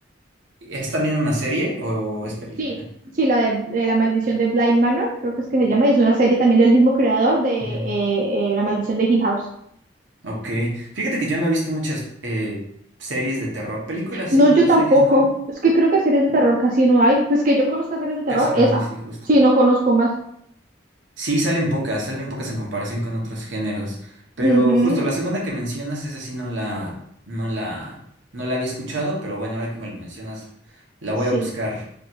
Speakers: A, on the right (about 85°); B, on the right (about 45°).
A: ¿Es también una serie o es película?
B: Sí, sí, la de, de La Maldición de Bly Manor, creo que es que se llama, y es una serie también del mismo creador de
A: Mm,
B: eh, eh, La Maldición de Hill House.
A: ok. Fíjate que yo no he visto muchas eh, series de terror. Películas
B: No,
A: sí, pero
B: yo tampoco.
A: series no.
B: Es que creo que series de terror casi no hay. Pues que yo conozca series de terror,
A: Casi no
B: esa.
A: hay, sí, justo.
B: Sí, no conozco más.
A: Sí, salen pocas, salen pocas en comparación con otros géneros. Pero
B: Ujú,
A: justo la segunda que mencionas, esa sí no la, no la, no la había escuchado, pero bueno, ahora que me lo mencionas, la voy
B: Sí,
A: a buscar.